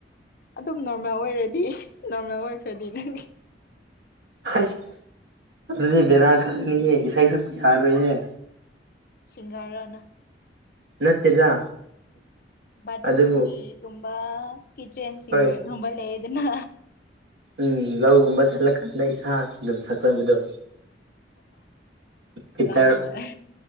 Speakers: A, on the left; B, on the right.
A: ꯑꯗꯨꯝ ꯅꯣꯔꯃꯦꯜ ꯑꯣꯏꯔꯗꯤ ꯅꯣꯔꯃꯦꯜ ꯑꯣꯏꯈ꯭ꯔꯗꯤ ꯅꯪꯒꯤ
B: ꯑꯩꯁ ꯑꯗꯨꯗꯤ ꯕꯦꯔꯥ ꯀꯥꯒꯅꯤꯍꯦ ꯏꯁꯩ ꯁꯛꯄ ꯌꯥꯔꯣꯏꯍꯦ
A: ꯁꯤꯡꯒꯔꯔ ꯅꯪ
B: ꯅꯠꯇꯦꯗ
A: ꯕꯥꯠꯔꯨꯝꯒꯤꯒꯨꯝꯕ
B: ꯑꯗꯨꯕꯨ
A: ꯀꯤꯠꯆꯟ ꯁꯤꯡꯒꯔꯒꯨꯝꯕ
B: ꯍꯣꯏ
A: ꯂꯩꯗꯅ
B: ꯎꯝ ꯂꯧꯒꯨꯝꯕ ꯆꯠꯂꯀꯥꯟꯗ ꯏꯁꯥ ꯑꯗꯨꯝ ꯁꯛꯆꯕꯗꯣ ꯒꯤꯇꯔ
A: ꯂꯧ ꯍꯥꯏ